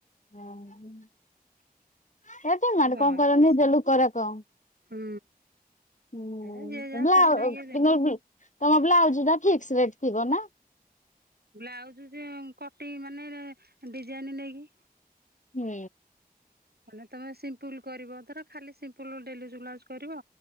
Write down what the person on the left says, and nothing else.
ହଁ ଏ ଡି ମାଡ
କଣ କରନି
ଏ ଜ ଲୋ କ ର କ।
ହୁଁ
<unintelligible>
ତମ ବ୍ଲାଉଜ ଟା ଫିକ୍ସ ରେଟ ଥିବ ନା।
ହୁଁ।